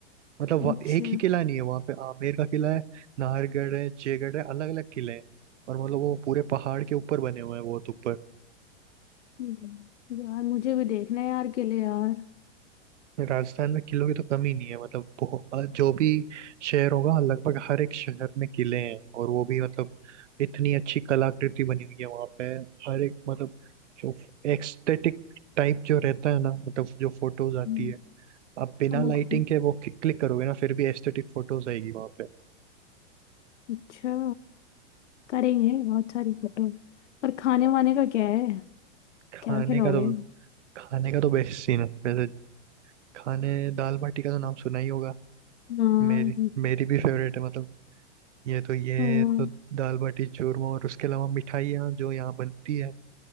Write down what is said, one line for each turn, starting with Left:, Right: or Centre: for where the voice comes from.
Right: मतलब वह-
Left: अच्छा
Right: एक ही किला नहीं है वहां पे आमेर का किला है नाहरगढ़ है जयगढ़ है अलग अलग किले हैं और मतलब वो पूरे पहाड़ के ऊपर बने हुए हैं बहुत ऊपर
Left: हम्म। यार मुझे भी देखना है यार किले यार
Right: राजस्थान में किलों की तो कमी नहीं है मतलब बहुत- जो भी शहर होगा लगभग हर एक शहर में किले हैं और वो भी मतलब इतनी अच्छी कलाकृति बनी हुई है वहां पे हर एक मतलब जो एक्सथेटिक टाइप जो रहता है ना मतलब जो फोटोज आती
Left: हम्म।
Right: है आप बिना
Left: अब मुझे
Right: लाइटिंग के वो क्लिक करोगे ना फिर भी एस्थेटिक फोटोज आएगी वहां पे
Left: अच्छा करेंगे बहुत सारी फोटो पर खाने वाने का क्या है
Right: खाने
Left: क्या खिलाओगे
Right: का तो खाने का तो बेस्ट सीन है वैसे खाने दाल बाटी का तो नाम सुना ही होगा
Left: हाँ
Right: मेरी मेरी भी फेवरेट है मतलब ये तो ये
Left: हाँ
Right: तो दाल बाटी चूरमा और उसके अलावा मिठाइयाँ जो यहाँ बनती है